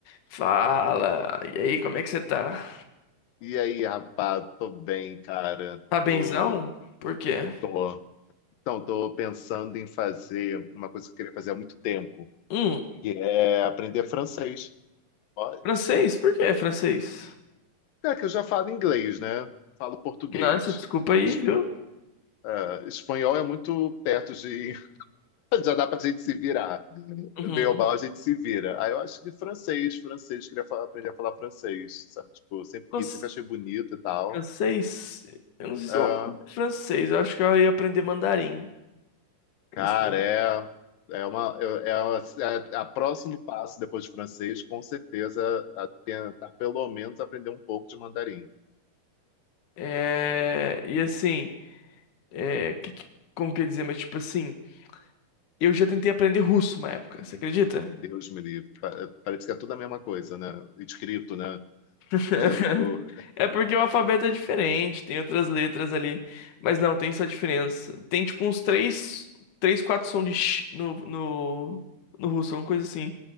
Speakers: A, on the left; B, on the left.
A: Fala! E aí, como é que você tá?
B: E aí, rapaz, tô bem, cara.
A: Tá benzão?
B: Tô,
A: Por quê?
B: tô. Então, tô pensando em fazer uma coisa que eu queria fazer há muito tempo,
A: Hum,
B: que é aprender francês. Olha,
A: francês? Por que é francês?
B: cara, que eu já falo inglês, né? Falo português.
A: Nossa, desculpa aí,
B: Es-
A: viu?
B: ah, Espanhol é muito perto de. <laughs> Já dá pra gente se virar.
A: Uhum.
B: Bem ou mal, a gente se vira. Aí eu acho que francês, francês, queria fa- aprender a falar francês, sabe? Tipo, sempre
A: Fran-
B: quis, sempre achei bonito e tal.
A: Francês? Eu não sei
B: Ah,
A: se eu aprendi francês, eu acho que eu ia aprender mandarim. Como
B: Cara,
A: assim?
B: é, é uma, é, é uma- é a próximo passo depois de francês, com certeza, a tentar pelo menos aprender um pouco de mandarim.
A: É... E assim, é... que- que- como que eu ia dizer? Mas tipo assim, eu já tentei aprender russo uma época, você acredita?
B: Deus me livre. Pa- Parece que é tudo a mesma coisa, né? Escrito, né?
A: <laughs>
B: Eu já, eu-
A: É porque o alfabeto é diferente, tem outras letras ali, mas não, tem essa diferença. Tem tipo uns três, três, quatro sons de sh no, no, no russo, uma coisa assim.